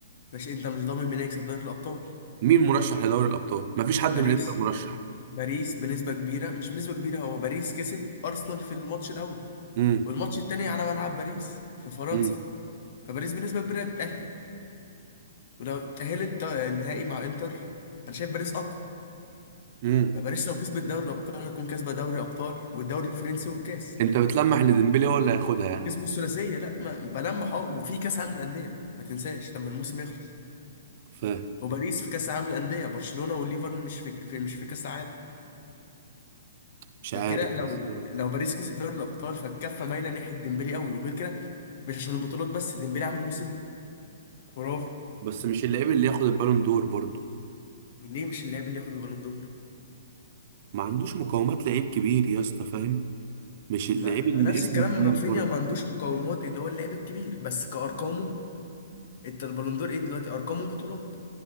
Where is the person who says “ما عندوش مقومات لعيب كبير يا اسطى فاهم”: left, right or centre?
Right